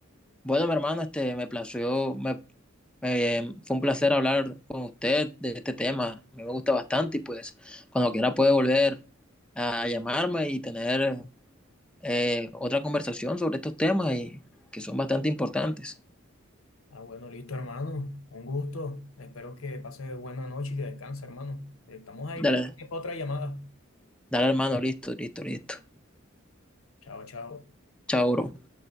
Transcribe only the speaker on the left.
ah, bueno, listo, hermano, un gusto. Espero que pase buena noche y que descanse, hermano. Estamos ahí
pendientes para otra llamada.
Chao, chao.